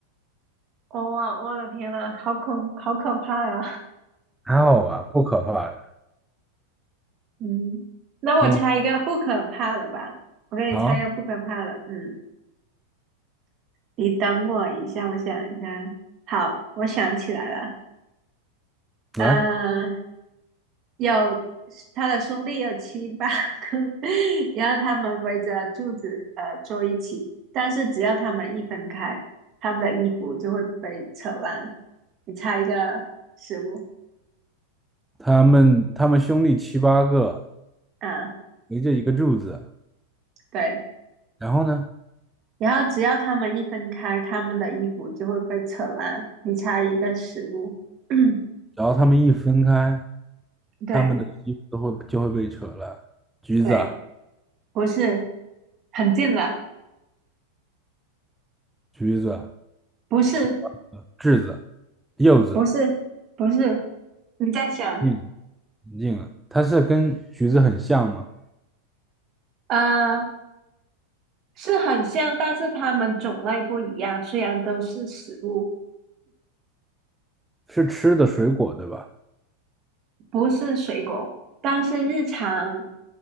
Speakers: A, on the right; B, in the centre.
A: <laughs> 哇，我的天呐，好恐，好可怕呀！
B: 还好吧，不可怕的
A: <laughs> 嗯，那我猜一个不可怕的吧，
B: 那你
A: 我给你猜一个不可怕的，
B: 好，
A: 嗯。你等我一下，我想一下。好，我想起来了，嗯、
B: 来，
A: 有他的兄弟有七八个，<laughs> 然后他们围着柱子呃坐一起，但是只要他们一分开，他们的衣服就会被扯烂。你猜一个食物，
B: 他们他们兄弟七八个
A: 嗯，
B: 围着一个柱子，
A: 对，
B: 然后呢？
A: 然后只要他们一分开，他们的衣服就会被扯烂。你猜一个食物，<coughs> <clears throat>
B: 只要他们一分开，
A: 对
B: 他们的衣服都会就会被扯烂。橘子啊
A: 对，不是，很近了，
B: 橘子啊，
A: 不是，
B: 柿柿子，柚子，
A: 不是，不是。你在想，
B: 硬了硬了。它是跟橘子很像吗？
A: 呃，是很像，但是它们种类不一样。虽然都是食物，
B: 是吃的水果对吧？
A: 不是水果，但是日常